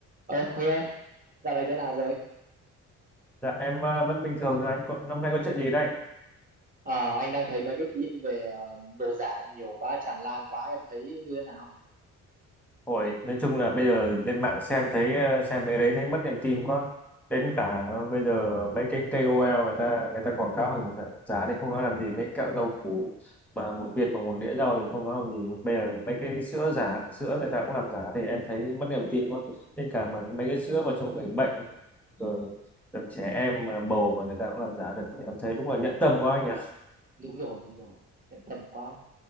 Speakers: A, on the right; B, in the centre.
A: Ờ, Huy ơi, dạo này thế nào rồi?
B: Dạ em ờ, vẫn bình thường thôi anh có, năm nay có chuyện gì đây?
A: Ờ, anh đang thấy mấy cái tin về ờ, đồ giả nhiều quá, tràn lan quá, em thấy như thế nào?
B: Hồi nói chung là bây giờ lên mạng xem thấy ờ, xem mấy cái đấy thấy mất niềm tin quá. Đến cả bây giờ mấy cái ca O KOL người ta người ta quảng cáo hàng giả giá thì không nói làm gì mấy kẹo rau củ mà một viên bằng một đĩa rau thì không nói làm gì. Bây giờ mấy cái sữa giả sữa người ta cũng làm giả thì em thấy mất niềm tin quá. Đến cả mà mấy cái sữa mà cho người bệnh rồi, rồi trẻ em mà bầu mà người ta cũng làm giả được thì em thấy đúng là nhẫn tâm quá anh nhỉ.
A: Đúng rồi, đúng rồi, em tầm quá.